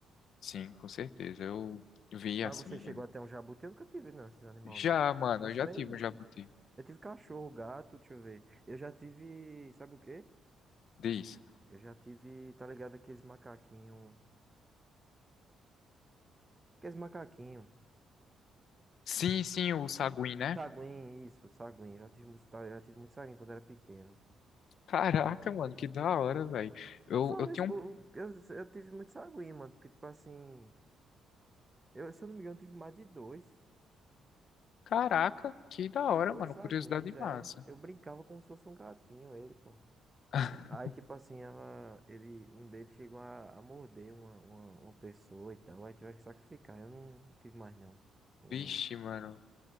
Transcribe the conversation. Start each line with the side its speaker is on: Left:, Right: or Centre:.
Left: Sim, com certeza. Eu vi
Right: Mas
Left: assim.
Right: você chegou
Left: né?
Right: até um jabuti? Eu nunca tive, não, esses animais,
Left: Já,
Right: não.
Left: mano,
Right: Acho
Left: eu já
Right: meio.
Left: tive um jabuti.
Right: Eu tive cachorro, gato, deixa eu ver. Eu já tive. Sabe o quê?
Left: Diz.
Right: Eu já tive, tá ligado, aqueles macaquinhos. Aqueles macaquinhos.
Left: Sim, sim, o saguim, né?
Right: Saguinho, isso, saguinho. Já tive muito, tá, já tive muito saguinho quando era pequeno.
Left: Caraca, mano, que da hora, velho. Eu,
Right: Eu falo
Left: eu tinha
Right: isso, pô,
Left: um.
Right: eu, eu tive muito saguinho, mano. Porque, tipo assim, eu, se eu não me engano, tive mais de dois.
Left: Caraca, que da hora,
Right: Dois
Left: mano.
Right: saguinhos,
Left: Curiosidade
Right: é.
Left: massa.
Right: Eu brincava como se fosse um gatinho, ele, pô.
Left: <laughs>
Right: Aí, tipo assim, ela, ele, um deles chegou a, a morder uma, uma, uma pessoa e tal. Aí tiveram que sacrificar. Eu não, não tive mais, não. Um...
Left: Vixe, mano.